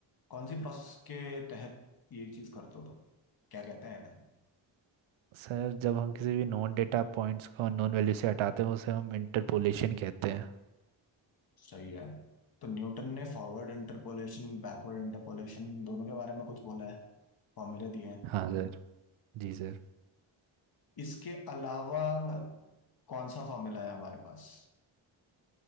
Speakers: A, on the left; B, on the right.
A: कौन सी प्रोसेस के तहत ये चीज करते हो तुम क्या कहते हैं ना?
B: सर जब हम किसी भी नॉन डेटा पॉइंट्स को अननोन वैल्यू से हटाते हैं उसे हम इंटरपोलेशन कहते हैं
A: सही है तो न्यूटन ने फॉरवर्ड इंटरपोलेशन बैकवर्ड इंटरपोलेशन दोनों के बारे में कुछ बोला है फॉर्मूले दिए हैं
B: हाँ सर जी सर
A: इसके अलावा कौन सा फॉर्मूला है हमारे पास